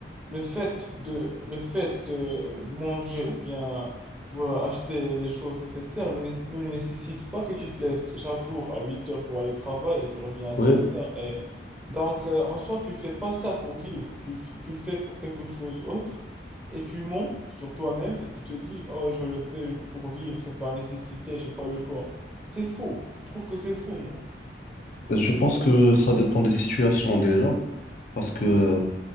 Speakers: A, in the centre; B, on the left.
A: le fait de, le fait de manger ou bien euh, acheter les choses nécessaires ne, né- ne nécessite pas que tu te lèves chaque jour à 8 heures pour aller au travail et tu reviens à 6
B: Oui,
A: heures. Et... Donc, euh, en soi, tu fais pas ça pour vivre. Tu, f- tu le fais pour quelque chose autre et tu mens sur toi-même et tu te dis, oh, je le fais pour vivre, c'est par nécessité, j'ai pas le choix. C'est faux. Je trouve que c'est faux, moi.
B: je pense que ça dépend des situations déjà. Parce que